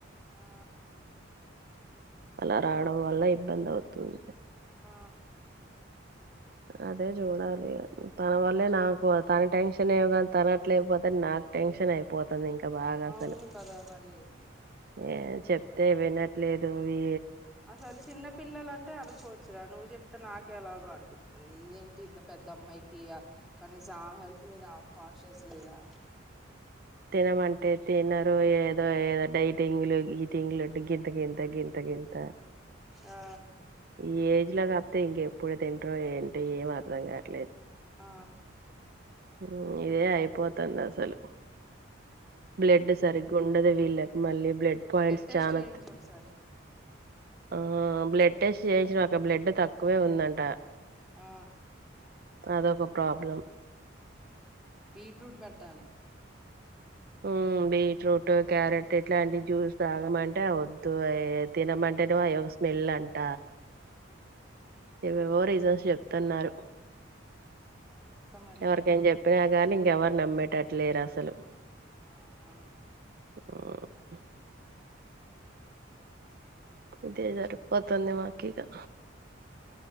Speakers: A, in the centre; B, on the right.
A: ఆ
B: అలా రావడం వల్ల ఇబ్బంది అవుతుంది
A: ఆ
B: అదే చూడాలి ఇగ తన వల్లే నాకు తన టెన్షన్ ఏవు గాని తాను అట్లే ఐ పో నాకు టెన్షన్ అయిపోతుంది ఇంకా బాగా అసలు
A: అవును కదా మరి
B: ఏ చెప్ తే వినట్లేదు ఇ
A: అసలు చిన్న పిల్లలంటే అనుకోవచ్చురా నువ్వు చెప్తే నాకే ఎలాగో అనిపిస్తుంది ఇదేం ఇంత పెద్ద అమ్మాయికి ఆ కనీసం ఆ హెల్త్ మీద కాన్షియస్ లేదా
B: తినమంటే తినరు ఏదో ఏదో డైటింగ్లు ఈటింగ్లు అంటే గింత గింత గిం ఇంత
A: ఆ
B: ఈ ఏజ్ లా అతే ఇంకెప్పుడు తింట్ర ఏంటి ఏం అర్థం కావట్లేదు
A: ఆ
B: హు ఇదే అయిపోతుంది అసలు
A: ఓకే
B: బ్లడ్
A: ఓకే
B: సరిగ్గా ఉండదు వీళ్ళకు మళ్ళీ బ్లడ్ పాయింట్స్
A: టెస్ట్
B: చాన
A: చేయించు
B: త
A: ఒకసారి
B: ఆ బ్లడ్ టెస్ట్ చేయించిన అక్క బ్లడ్ తక్కువే ఉందంట
A: ఆ
B: అదొక ప్రాబ్లం
A: బీట్రూట్ పెట్టాలి
B: హు బీట్రూట్ క్యారెట్ ఇట్లాంటి జ్యూస్ తాగమంటే వద్దు అ తినమం డెడ్ వాయొ స్మెల్ అంట
A: హు
B: ఏవేవో రీజన్స్ చెప్తున్నారు
A: జాగ్రత్త మరి
B: ఎవరికేం చెప్పినా కానీ ఇంకె ఎవరు నమ్మేటట్టు లేరు అసలు
A: ఆ అవును
B: <unintelligible> ఇదే సరిపోతుందే మాకి ఇగా